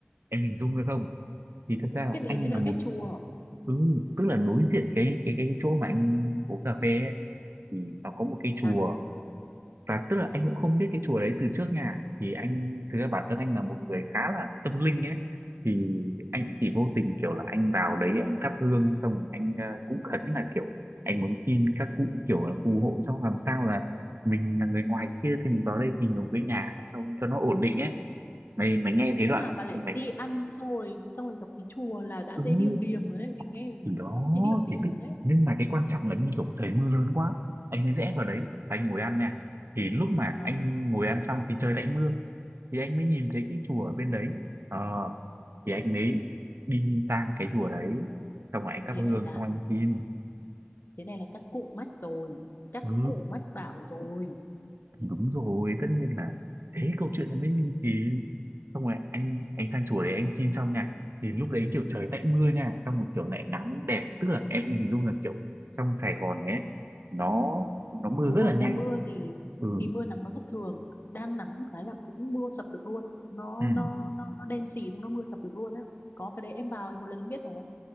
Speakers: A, on the right; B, on the left.
A: em hình dung được không thì thật ra là
B: cái
A: anh
B: đền đấy là
A: là một
B: cái chùa
A: ừ, tức là đối diện cái cái cái chỗ mà anh uống cà phê ấy, thì nó có một cái chùa
B: à,
A: và tức là anh cũng không biết cái chùa đấy từ trước nhà thì anh thực ra bản thân anh là một người khá là tâm linh ấy thì anh chỉ vô tình kiểu là anh vào đấy anh thắp hương xong rồi anh ờ, cũng khấn là kiểu anh muốn xin các cụ kiểu là phù hộ xong làm sao là mình là người ngoài kia thì mình vào đây tìm một cái nhà xong cho nó ổn định ấy mày mày nghe thấy đoạn
B: thế nào mà lại
A: mày
B: đi ăn xong rồi xong rồi gặp cái chùa là đã
A: ừ
B: thấy điềm điềm rồi đấy mình nghe mình
A: thì đó
B: cũng thấy điềm điềm
A: thì cái
B: rồi đấy
A: nhưng mà cái quan trọng là như kiểu trời mưa lớn quá anh mới rẽ vào đấy và anh ngồi ăn nè thì lúc mà
B: vâng
A: anh ngồi ăn xong thì trời lại mưa thì anh mới nhìn thấy cái chùa ở bên đấy ờ thì anh mới đi sang cái chùa đấy xong rồi anh thắp
B: thế
A: hương
B: này là
A: xong anh xin
B: thế này là các cụ mách rồi các
A: ừ
B: cụ mách bảo rồi
A: thì đúng rồi tất nhiên là thế câu chuyện nó mới ly kỳ xong rồi anh anh sang chùa đấy anh xin xong nha thì lúc đấy kiểu trời tạnh mưa nha xong rồi kiểu lại nắng đẹp tức là em mình hình dung là kiểu trong Sài Gòn ấy nó nó mưa
B: đúng
A: rất
B: rồi
A: là
B: mùa
A: nhanh
B: mưa thì
A: ừ
B: thì mưa nắng nó thất thường đang nắng một cái là cũng mưa sập được luôn nó
A: ừ
B: nó nó nó đen xì đúng nó mưa sập được luôn á có cái đấy em vào em một lần em biết rồi